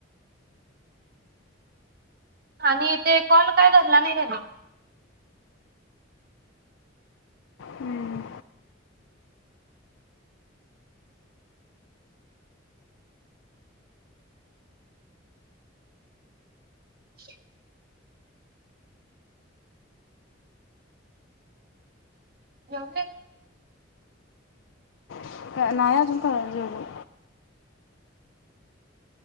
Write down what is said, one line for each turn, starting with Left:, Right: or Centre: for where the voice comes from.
Right: आणि ते कॉल काय धरला नाही त्यांनी
Left: हम्म.
Right: <inaudible> जाऊदे
Left: <inaudible> नाही अजून <unintelligible> जेवले